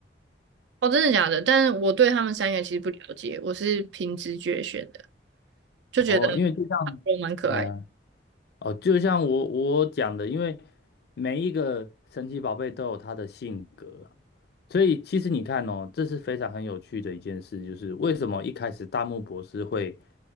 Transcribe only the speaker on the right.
哦，真的假的？但是我对他们三个其实不了解，我是凭直觉选的，就觉得小火龙蛮可爱的。